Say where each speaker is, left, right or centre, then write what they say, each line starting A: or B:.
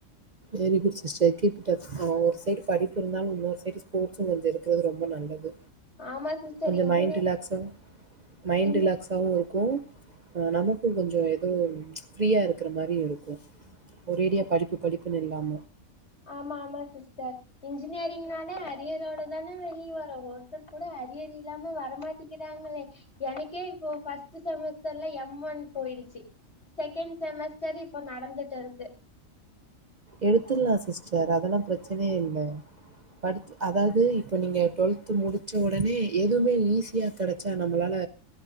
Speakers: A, on the right; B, on the left.
A: Very good sister keep it up ஆ ஒரு சைடு படிப்பு இருந்தாலு இன்னொரு சைடு ஸ்போர்ட்ஸுங் கொஞ்சோ இருக்கிறது ரொம்ப நல்லது.
B: ஆமா சிஸ்டர்
A: கொஞ்ச
B: இன்ஜினியர்
A: மைண்ட் ரிலாக்ஸா மைண்ட்
B: இன்ஜி
A: ரிலாக்ஸாவு இரு க்கு ஆ நமக்குங் கொஞ்சோ எதோ ஃப்ரீயா இருக்குற மாரி இருக்கு ஒரேடியா படிப்பு படிப் புனு இல்லாம
B: ஆமா ஆமா சிஸ்டர் இன்ஜினியரிங்னாலே அரியரோடதான வெளிய வரோ ஒருத்தர் கூட அரியர் இல்லாம வரமாட்டிங்கிறாங்களே எனக்கே இப்போ ஃபஸ்ட் செமஸ்டர்ல எம் ஒன் போயிடுச்சு செகண்ட் செமஸ்டர் இப்ப நடந்துட்டு இருக்கு
A: எடுத்துர்லா சிஸ்டர் அதெல்லா பிரச்சனையே இல் ல படிச் அதாவது இப்போ நீங்க டுவெல்த் முடிச்ச உடனே எதுவுமே ஈஸியா கெடைச்சா நம்மளால